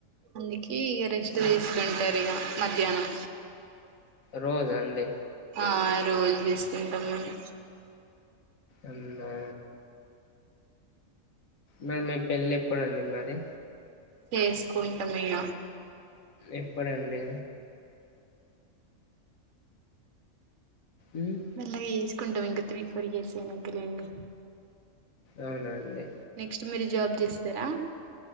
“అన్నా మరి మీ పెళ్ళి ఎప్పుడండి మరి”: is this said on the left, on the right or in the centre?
Left